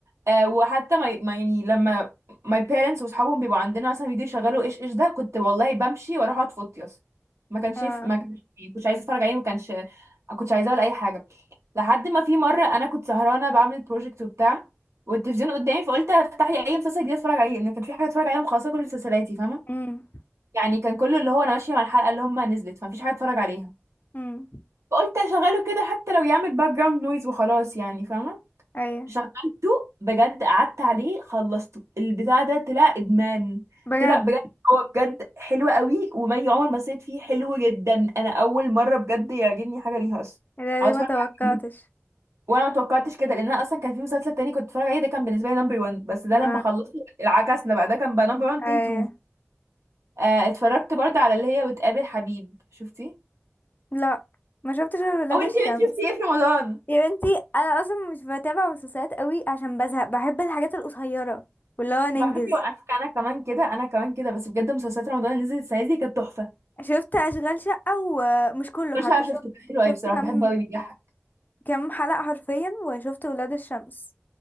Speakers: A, on the right; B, on the left.
A: آه وحتى ما ما- يعني لما my parents واصحابهم بيبقوا عندنا مثلا بيجوا يشغلوا ايش ايش ده كنت والله بمشي واروح اقعد في اوضتي اصلا ما كانش
B: اه
A: يف- ما كانش يعني كنتش عايزه اتفرج عليه ما كانش ما كنتش عايزاه ولا اي حاجه لحد ما في مره انا كنت سهرانه بعمل بروجكت وبتاع والتلفزيون قدامي فقلت افتح لي اي مسلسل جديد اتفرج عليه لان كان في حاجه اتفرج عليها مخلصه كل مسلسلاتي فاهمه
B: امم
A: يعني كان كله اللي هو انا ماشيه مع الحلقه اللي هم نزلت فمفيش حاجه اتفرج عليها
B: امم
A: فقلت اشغله كده حتى لو يعمل باك جراوند نويز وخلاص يعني فاهمه
B: ايوه
A: شغلته بجد قعدت عليه خلصته البتاع ده طلع ادمان
B: بجد
A: طلع بجد هو بجد حلو قوي ومي عمر ما سيت فيه حلو جدا انا اول مره بجد يعجبني حاجه ليها اصلا
B: ايه ده
A: او
B: ليه
A: اتفرج
B: ما توقعتش
A: عليه وانا ما توقعتش كده لان انا اصلا كان في مسلسل تاني كنت بتفرج عليه ده كان بالنسبه لي نمبر 1 بس ده
B: اه
A: لما خلصت العكسنا بقى ده كان بقى نمبر 1 تي
B: ايوه
A: 2 آه اتفرجت برضه على اللي هي وتقابل حبيب شفتي
B: لا ما شفتش غير ولاد
A: او انتي
B: الشمس
A: انتي شفتي ايه في رمضان
B: يا بنتي انا اصلا مش بتابع مسلسلات قوي عشان بزهق بحب الحاجات القصيره واللي هو ننجز
A: طب على فكرة وقفك انا كمان كده انا كمان كده بس بجد مسلسلات رمضان اللي نزلت السنة دي كانت تحفة
B: شفت اشغال شقه ومش كله حتى
A: مش لا شفته
B: شفت
A: كان حلو قوي
B: شفت
A: بصراحة
B: كم
A: بحبه قوي بيضحك
B: كم حلقه حرفيا وشفت ولاد الشمس